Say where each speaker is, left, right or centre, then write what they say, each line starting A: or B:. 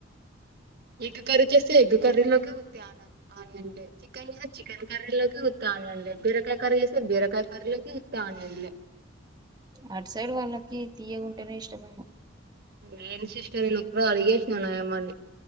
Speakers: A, on the right; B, on the right.
A: ఎగ్ కర్రీ చేస్తే ఎగ్గు కర్రీలోకి ఉత్తి ఆ ఆనియన్లే చికెన్ చేస్తే చికెన్ కర్రీలోకి ఉత్త ఆనియన్లే బీరకాయ కర్రీ చేస్తే బీరకాయ కర్రిలోకి ఉత్త ఆనియన్లే
B: అటు సైడ్ వాళ్ళకి తీయకుంటేనే ఇష్టమేమో
A: నేను సిస్టర్ నేను ఒప్పుడు అడిగేసినాను అయమ్మని